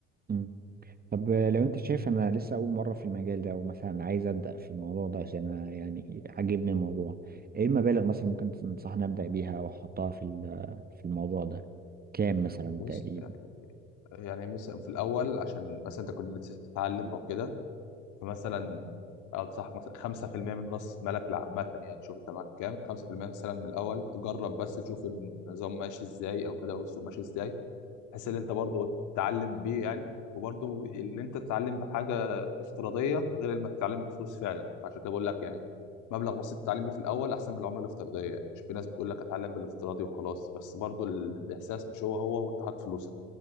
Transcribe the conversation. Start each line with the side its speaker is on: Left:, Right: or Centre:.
Right: مم. طب لو انت شايف انا لسه اول مرة في المجال ده ومثلا عايز ابدأ في الموضوع ده عشان أنا يعني عاجبني الموضوع ايه المبالغ مثلا ممكن تنصحني ابدأ بيها واحطها في ال- في الموضوع ده كام مثلا
Left: بص
Right: تقريبا
Left: يعني يعني مثلا في الأول عشان مثلا أنت كنت لسه بتتعلم أو كده فمثلا انصحك مثلا 5% من راس مالك لعامة يعني شوف انت معاك كام 5% مثلا من الاول تجرب بس تشوف النظام ماشي ازاي او كده والسوق ماشي ازاي بحيث ان انت برضه تتعلم بيه يعني وبرضه اللي انت تتعلم بحاجة افتراضية غير لما تتعلم بفلوس فعلا عشان كده بقول لك يعني مبلغ بسيط تتعلم بيه في الاول احسن من العملة الافتراضية يعني شوف في ناس بتقول لك اتعلم بالافتراضي وخلاص بس برضه الاحساس مش هو هو وانت حاطط فلوسك